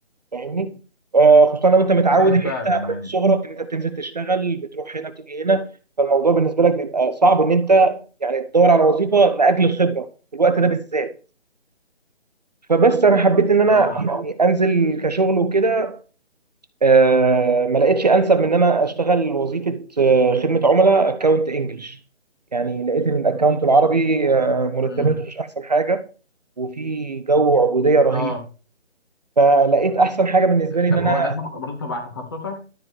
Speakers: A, on the right (about 35°); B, on the left (about 20°).
A: فاهمني آه، خصوصا لو انت متعود
B: ايوه
A: ان
B: فعلا
A: انت من
B: يعني
A: صغرك ان انت بتنزل تشتغل بتروح هنا بتيجي هنا فالموضوع بالنسبه لك بيبقى صعب ان انت يعني تدور على وظيفه لاجل الخبره في الوقت ده بالذات فبس انا حبيت ان انا
B: اه
A: يعني انزل كشغل وكده آه، ما لقيتش انسب من ان انا اشتغل وظيفه آه، خدمه عملاء اكونت انجلش يعني لقيت ان الاكونت العربي آه، مرتباته
B: امم
A: مش احسن حاجه وفي جو عبوديه رهيب
B: اه
A: فلقيت احسن حاجه بالنسبه لي ان
B: طب
A: انا
B: هو ده برضه تبع تخصصك